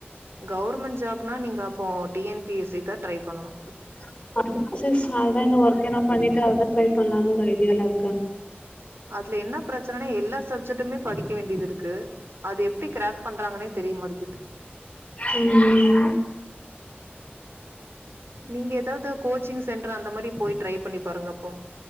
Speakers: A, on the right; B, on the left.
A: கவ்ர்மெண் ஜாப்னா நீங்க அப்போ T N P S C தா ட்ரை பண்ணணு
B: <inaudible> சிஸ் அதுதா இந்த ஒர்க்கெனா பண்ணிட்டு அதா ட்ரை பண்லானு ஒரு ஐடியால இருக்க
A: அதுல என்ன பிரச்சனனா எல்லாஸ் சட்டமே படிக்க வேண்டியது இருக்கு அது எப்டி கிராக் பண்றாங்கன்னே தெரியமாட்டிக்குது
B: உம்
A: நீங்க எதாவ்து கோச் சிங் சென்ட்ரு அந்த மாரி போய் ட்ரை பண்ணி பாருங்க அப்போ